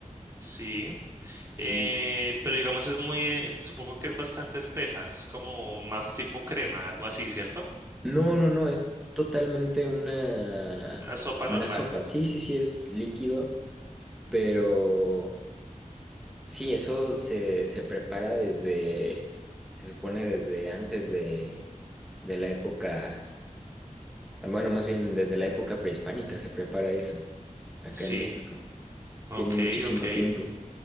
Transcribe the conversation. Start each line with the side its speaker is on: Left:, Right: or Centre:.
Right: sí.
Centre: Sí.
Right: Eh, pero digamos es muy, eh, supongo que es bastante espesa. Es como más tipo crema, algo así, ¿cierto?
Centre: No, no, no, es totalmente una,
Right: Una sopa
Centre: una
Right: normal.
Centre: sopa. Sí, sí, sí, es líquido, pero sí, eso se, se prepara desde, se supone desde antes de, de la época. Bueno, más bien desde la época prehispánica se prepara eso, acá
Right: Sí.
Centre: en México.
Right: Ok,
Centre: Tiene muchísimo
Right: ok.
Centre: tiempo.